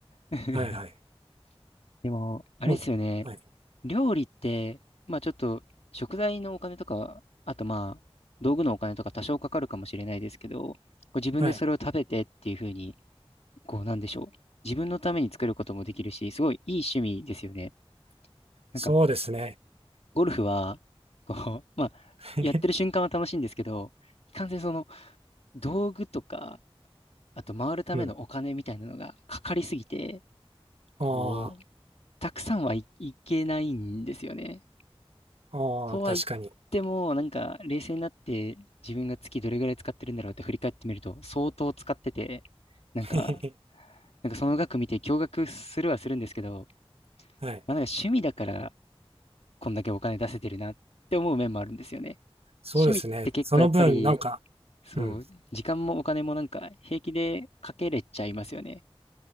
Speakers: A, on the left; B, on the right.
A: <laughs>
B: はいはい。
A: でも、あれですよね。
B: もう、はい。
A: 料理って、まあちょっと食材のお金とか、あとまあ道具のお金とか多少かかるかもしれないですけど、こう自分でそれを食べてっていうふうに、
B: はい。
A: こうなんでしょう。自分のために作ることもできるし、すごいいい趣味ですよね。なんか、
B: そうですね。
A: ゴルフは、こう、<laughs> まあ、
B: <laughs>
A: やってる瞬間は楽しいんですけど、いかんせんその、道具とか、あと回るためのお金みたいなのがかかりすぎて、
B: うん。
A: こう、
B: あ
A: たくさんはい、いけないんですよね。
B: あ、ああ、
A: とは言っても、
B: 確かに。
A: なんか、冷静になって自分が月どれぐらい使ってるんだろうって振り返ってみると、相当使ってて、なんか、
B: <laughs>
A: なんかその額見て驚愕するはするんですけど、
B: はい。
A: まあ、なんか趣味だからこんだけお金出せてるなって思う面もあるんですよね。
B: そうですね。
A: 趣味って結構やっぱり、
B: その分、なんか、
A: そう、
B: うん。
A: 時間もお金もなんか平気でかけれちゃいますよね。